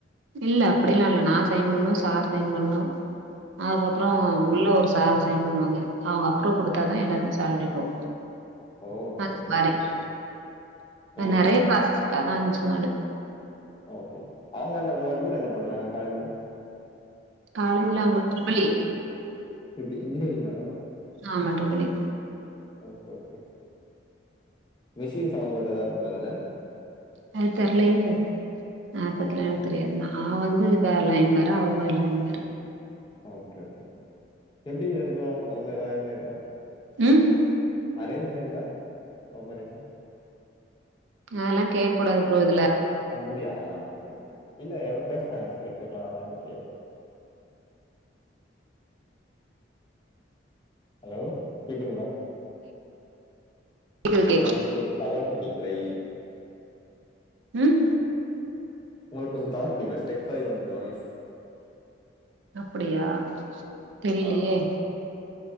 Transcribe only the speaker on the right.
இல்ல அப்படிலாம் இல்ல நா சைன் பண்ணணும் சார் சைன் பண்ணணும் அதுக்கப்புறம்
உள்ள ஒரு ச சார் சைன் பண்ணுவாங்க அவீங்க அப்ரூவ் கொடுத்தாதான் எல்லாருக்கும் சேல்ரி போகும்
அந்தமாரி
அந்த
நிறைய
பிராசஸ்க்காக தான் அஞ்சு நாடு
காலேஜ்ல அவுங்க ட்ரிபுள் இ
ஆமா triple E
அது தெரிலயே அது பத்திலா எனக்கு
தெரியாது நா வந்து இது வேற லைன் வேற அவுங்க லைன் வேற
உம்
அதெல்லா கேக்கூடாது ப்ரோ இதுல
கேக்குது
கேக்குது
உம்
அப்படியா தெரியலையே